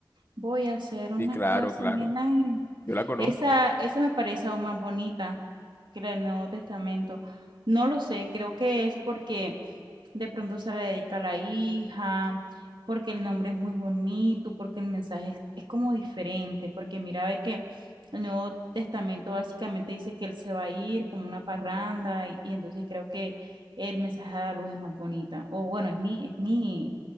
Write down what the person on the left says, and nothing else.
Sí, claro,
claro.
Yo la conozco.